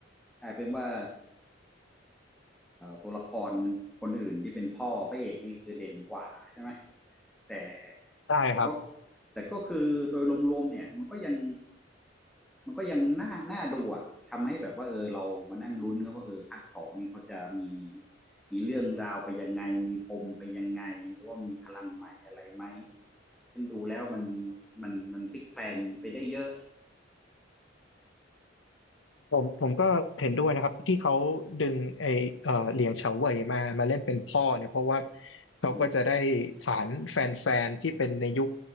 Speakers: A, in the centre; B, on the left.
A: กลายเป็นว่าตัวละครคนอื่นที่เป็นพ่อพระเอกนี่คือเด่นกว่าใช่ไหมแต่
B: ได้ครับ
A: แต่ก็แต่ก็คือโดยรวมๆเนี่ยมันก็ยังมันก็ยังน่าน่าดูอะทำให้แบบว่าเออเรามานั่งลุ้นกันว่าเออภาคสองนี่เขาจะมีมีเรื่องราวไปยังไงมีปมไปยังไงหรือว่ามีพลังใหม่อะไรไหมซึ่งดูแล้วมันมันมันพลิกแพลงไปได้เยอะ
B: ผมผมก็เห็นด้วยนะครับที่เขาดึงไอเอ่อเหลียงเฉาเว่ยมามาเล่นเป็นพ่อเนี่ยเพราะว่าเขาก็จะได้ฐานแฟนๆที่เป็นในยุค
A: อืม